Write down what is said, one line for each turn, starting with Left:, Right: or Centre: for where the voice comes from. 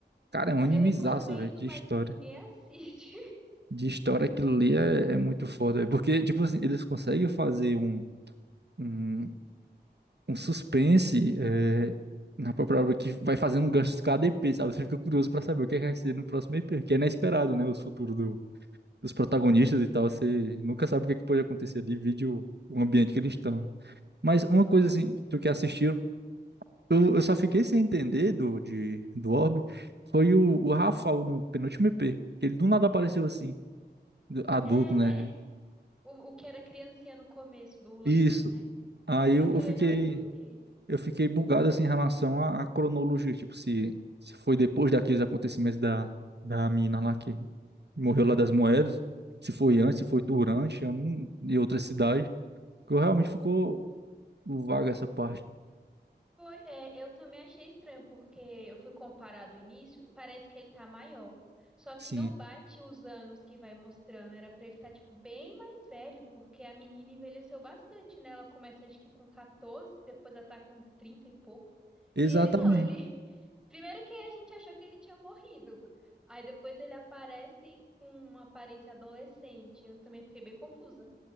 Right: cara, é
Centre: Não,
Right: um animezaço,
Centre: eu recomendo,
Right: velho, de
Centre: mas
Right: história.
Centre: ninguém assiste.
Right: De história, aquilo ali é, é muito foda. velho. Porque, tipo assim, eles conseguem fazer um. um- um suspense é, na própria obra que vai fazendo um gancho de cada EP, sabe? Você fica curioso pra saber o que é que vai ser no próximo EP, que é inesperado, né? Os futuros do- dos protagonistas
Centre: <laughs> Sim.
Right: e tal, você nunca sabe o que é que pode acontecer ali, vide o, o ambiente que eles estão. né? Mas uma
Centre: Aham.
Right: coisa assim, tu que assistiu, eu, eu só fiquei sem entender do, de, do Orbe, foi o, o Rafael no penúltimo EP, que ele do nada apareceu assim, adulto,
Centre: É, né?
Right: né?
Centre: É. O, o que era criancinha no começo do loirinho,
Right: Isso.
Centre: né?
Right: Aí eu
Centre: Eu também
Right: eu fiquei.
Centre: não entendi.
Right: eu fiquei bugado assim em relação à, à cronologia, tipo, se, se foi depois daqueles acontecimentos da, da mina lá que morreu lá das moedas, se foi
Centre: Uhum.
Right: antes, se foi durante, eu não, e outra cidade, que eu realmente ficou vaga essa parte.
Centre: Foi, é, eu também achei estranho, porque eu fui comparar do início, parece que ele tá maior. Só que
Right: Sim,
Centre: não bate os anos que vai mostrando, era pra ele estar, tá, tipo, bem mais velho, porque a menina envelheceu bastante, né? Ela começa, acho que com 14, depois ela tá com 30 e pouco.
Right: exatamente.
Centre: E ele não, ele... <laughs> Primeiro que a gente achou que ele tinha morrido. Aí depois ele aparece com uma aparência adolescente. Eu também fiquei bem confusa.